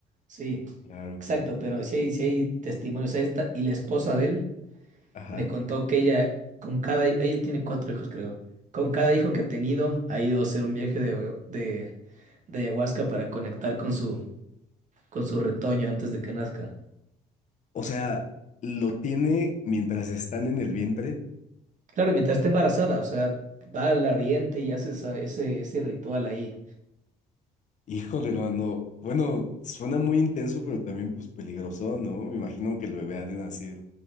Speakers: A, on the right; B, on the left.
A: sí,
B: Claro.
A: exacto, pero sí hay, sí hay testimonios. O sea, esta, y la esposa de él
B: Ajá.
A: me contó que ella, con cada, hi- ella tiene cuatro hijos, creo. Con cada hijo que ha tenido, ha ido a hacer un viaje de, de, de ayahuasca para conectar con su, con su retoño antes de que nazca.
B: O sea, lo tiene mientras están en el vientre.
A: Claro, mientras esté embarazada, o sea, va al oriente y hace esa- ese, ese ritual ahí.
B: Híjole, hermano. Bueno, suena muy intenso, pero también pues peligroso, ¿no? Me imagino que el bebé ha de nacer